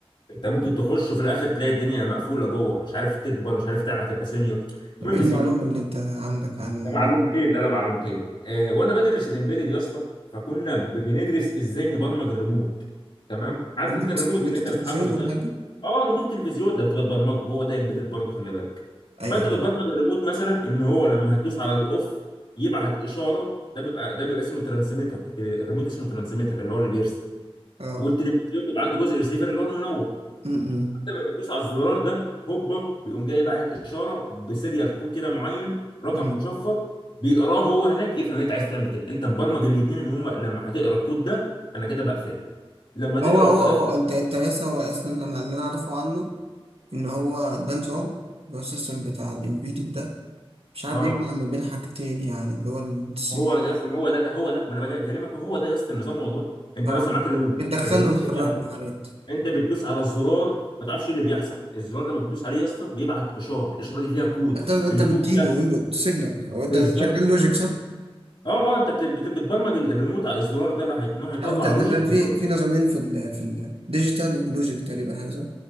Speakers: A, on the left (about 55°); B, on the right (about 75°).
A: انت ممكن تخش وفي الاخر تلاقي الدنيا مقفوله جوه مش عارف تكبر مش عارف تعلى هتبقى سينيور
B: طب
A: المهم
B: ايه المعلومه
A: سيب
B: اللي انت عندك عن
A: ده معلومتين لا لا معلومتين آه، وانا بدرس الامبيدد يا اسطى فكنا ب- بندرس ازاي نبرمج الريموت تمام عارف
B: ريموت
A: انت الريموت
B: ريموت
A: اللي انت
B: التلفزيون
A: بتحرك بتغير
B: والحاجات دي
A: اه ريموت التلفزيون ده بتبرمجه هو ده امبيدد برضه خلي بالك
B: ايوه
A: فانت
B: ايوه
A: بتبرمج الريموت مثلا ان هو لما هتدوس على الاوف يبعت اشاره ده بيبقى ده بيبقى اسمه ترانسميتر التل- الريموت اسمه ترانسميتر اللي هو اللي بيرسل
B: اه
A: والتلفزيون بيبقى عنده جزء ريسيفر اللي هو المنور
B: م-
A: لما بتدوس على الزرار ده هوبا بيقوم جاي باعت اشاره بسيريال كود كده معين رقم
B: م.
A: مشفر بيقراه هو هناك يفهم ان انت عايز تعمل كده انت مبرمج الاثنين ان هم لما هتقرا الكود ده انا كده بقفلك لما تقرا
B: هو هو
A: ك-
B: هو انت انت لسه هو اصلا انا اللي انا اعرفه عنه ان هو ده نظام اللي هو السيستم بتاع الامبيدد ده مش عارف
A: اه
B: بيجمع ما بين حاجتين يعني اللي هو السي
A: هو
B: بي يو
A: يا اسطى ما هو ده هو ده ما انا بجي- بكلمك هو ده يا اسطى النظام والله انت
B: اه
A: مثلا معاك الريموت
B: بتدخله
A: الريموت
B: وتخرج
A: انت
B: له حاجات
A: انت بتدوس على الزرار ما تعرفش إيه اللي بيحصل الزرار ده لما بتدوس عليه يا اسطى بيبعت اشاره الاشاره دي فيها كود
B: انت انت
A: الكود
B: بتديله
A: ده
B: انبوت سيجنال او انت
A: بالظبط
B: بتشغل لوجيك صح؟
A: اه اه انت بت- بت- بتبرمج ال- الريموت على الزرار ده اللي هيت- إنه
B: مش
A: هيطلع
B: عارف تقدر
A: لوجيك بالربط
B: في في نظامين في ال في الديجيتال ولوجيك تقريبا حاجه صح؟